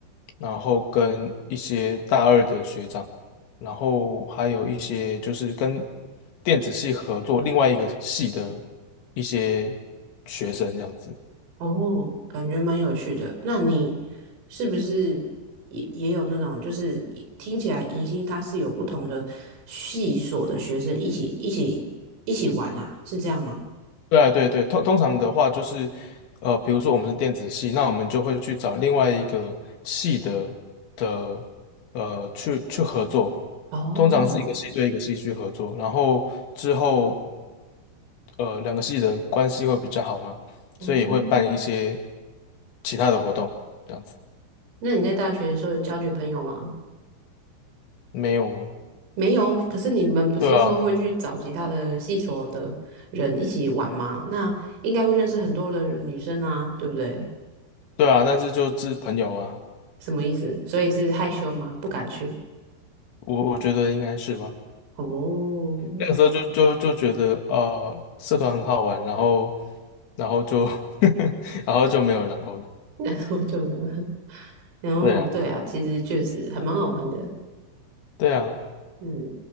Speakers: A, on the left; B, on the right.
A: 然后跟一些大二的学长，然后还有一些就是跟电子系合作另外一个系的一些学生这样子。
B: 哦，感觉蛮有趣的。那你是不是也也有那种，就是一听起来迎新它是有不同的系所的学生一起一起一起玩呐、是这样吗？
A: 对啊，对对，通通常的话就是，呃，比如说我们是电子系，那我们就会去找另外一个系的的，呃，去去合作。
B: 哦，
A: 通常是一个系对一个系去合作，然后之后，呃，两个系的关系会比较好嘛，
B: 嗯，
A: 所以也会办一些其他的活动，这样子。
B: 那你在大学的时候有交女朋友吗？
A: 没有，
B: 没有，可是你们不是说会去找其他的系所的人一起玩吗？
A: 对啊，
B: 那应该会认识很多的女生啊，对不对？
A: 对啊，但是就是朋友啊，
B: 什么意思？所以是害羞吗？不敢去？
A: 我我觉得应该是吧。
B: 哦，
A: 那个时候就就就觉得呃社团很好玩，然后然后就 <laughs> 然后就没有然后了。
B: 然后就没有了。<laughs> 然后对啊，
A: 对啊，
B: 其实确实还蛮好玩的。
A: 对啊，
B: 嗯，